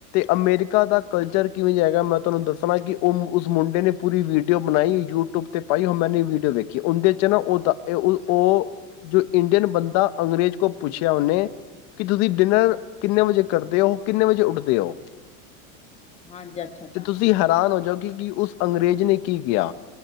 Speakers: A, on the left; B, on the left.
A: ਅਮੇਰਿਕਾ ਦਾ ਕਲਚਰ ਕਿਵੇਂ ਦਾ ਹੈਗਾ ਮੈਂ ਤੁਹਾਨੂੰ ਦੱਸਣਾ ਕਿ ਉਹ ਉਸ ਮੁੰਡੇ ਨੇ ਪੂਰੀ ਵੀਡੀਓ ਬਣਾਈ, ਯੂਟਿਊਬ 'ਤੇ ਪਾਈ ਹੁਣ ਮੈਂਨੇ ਵੀਡੀਓ ਵੇਖੀ, ਉਹਦੇ ਚ ਨਾ ਉਹਦਾ ਏ ਉਹ ਉਹ ਜੋ ਇੰਡੀਅਨ ਬੰਦਾ ਅੰਗਰੇਜ਼ ਕੋਲ ਪੁੱਛਿਆ ਉਹਨੇ, ਕਿ ਤੁਸੀਂ ਡਿਨਰ ਕਿੰਨੇ ਵਜੇ ਕਰਦੇ ਹੋ ਕਿੰਨੇ ਵਜੇ ਉੱਠਦੇ ਹੋ।
B: ਹਾਂਜੀ ਅੱਛਾ ਅੱਛਾ
A: ਤੇ ਤੁਸੀਂ ਹੈਰਾਨ ਹੋ ਜਾਓ ਕਿ ਕੀ ਉਸ ਅੰਗਰੇਜ਼ ਨੇ ਕੀ ਕਿਹਾ।